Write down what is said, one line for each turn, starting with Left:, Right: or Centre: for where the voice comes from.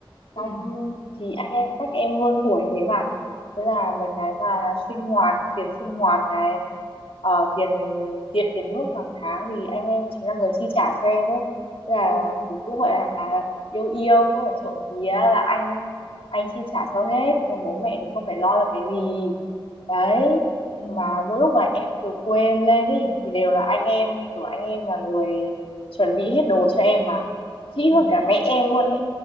Left: xong
Right: ừ
Left: thì anh em cách em hơn tuổi thế mà thế là mấy cái mà sinh hoạt tiền sinh hoạt này ờ, tiền điện tiền nước hàng tháng thì anh em chính là người chi trả cho em đấy thế là
Right: ừ
Left: thì cũng gọi là yêu yêu cũng là trộm vía là anh anh chi trả cho hết rồi bố mẹ thì không phải lo được cái gì đấy
Right: ừ
Left: mà mỗi lúc mà em từ quê em lên ấy thì đều là anh em kiểu anh em là người chuẩn bị hết đồ cho em mà kỹ
Right: ừ
Left: hơn cả mẹ em luôn ý